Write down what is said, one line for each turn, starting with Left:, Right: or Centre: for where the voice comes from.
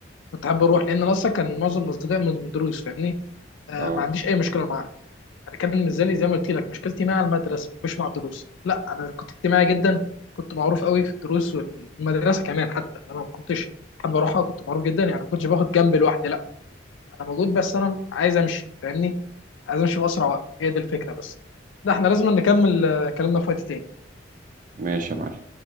Left: كنت حابب اروح لان انا اصلا كان معظم اصدقائي من الدروس فاهمني آه
Right: اه
Left: ما عنديش اي مشكله معاها انا كان بالنسبه لي زي ما قلت لك مشكلتي مع المدرسه مش مع الدروس لا انا كنت اجتماعي جدا كنت معروف قوي في الدروس والمدرسه كمان حتى انا ما كنتش حابب اروحها كنت معروف جدا يعني ما كنتش باخد جنب لوحدي لا انا موجود بس انا عايز امشي فاهمني عايز امشي باسرع وقت هي دي الفكره بس ده احنا لازم نكمل آه، كلامنا في وقت تاني
Right: ماشي يا معلم